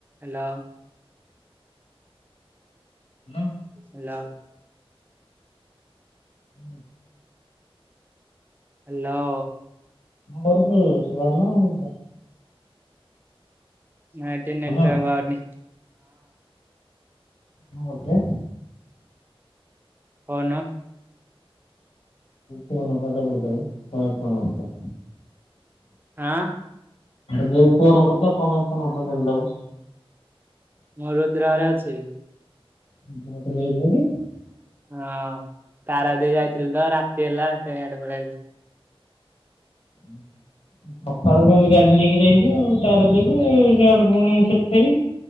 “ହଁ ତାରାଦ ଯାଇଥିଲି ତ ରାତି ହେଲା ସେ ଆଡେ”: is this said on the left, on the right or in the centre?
Right